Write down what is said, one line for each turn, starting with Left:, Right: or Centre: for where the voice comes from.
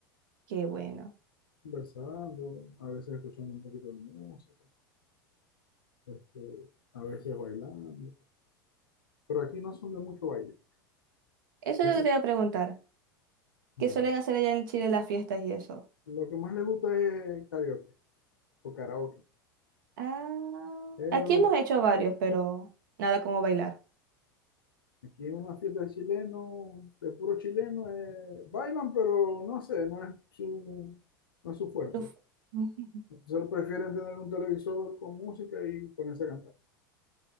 Right: Qué bueno.
Left: conversando, a veces escuchando un poquito de música, este, a veces bailando. Pero aquí no son de mucho baile.
Right: Eso
Left: Ese,
Right: es lo que te iba a preguntar.
Left: no.
Right: ¿Qué suelen hacer allá en Chile en las fiestas y eso?
Left: Lo que más le gusta es karaoke o karaoke.
Right: Ah,
Left: Eso es
Right: aquí
Left: lo
Right: hemos hecho varios, pero nada como bailar.
Left: Aquí en una fiesta de chileno, de puro chileno, eh, bailan, pero no sé, no es su, no es su fuerte.
Right: Uf. <laughs>
Left: Entonces prefieren tener un televisor con música y ponerse a cantar.